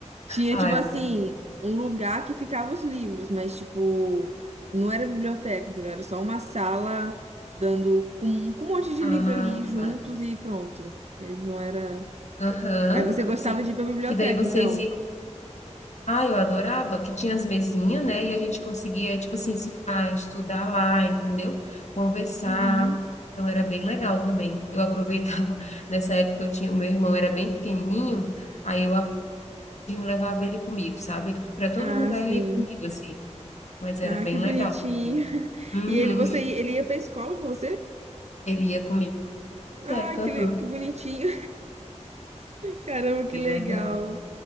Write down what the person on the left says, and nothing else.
Ai,
meu-
Ah,
tá.
Aham,
sim.
Que daí vocês
Ah, eu adorava, que tinha as mesinhas, né? E a gente conseguia, tipo assim, se ah, estudar lá, entendeu? Conversar.
Então era bem legal também. Eu aproveitava, <laughs> nessa época eu tinha, o meu irmão era bem pequenininho, aí eu arranjinho levava ele comigo, sabe? Para todo
lugar
ele ia comigo, assim. Mas era
bem
legal também.
Uhum.
Ele ia comigo,
teca,
aham.
Bem
legal.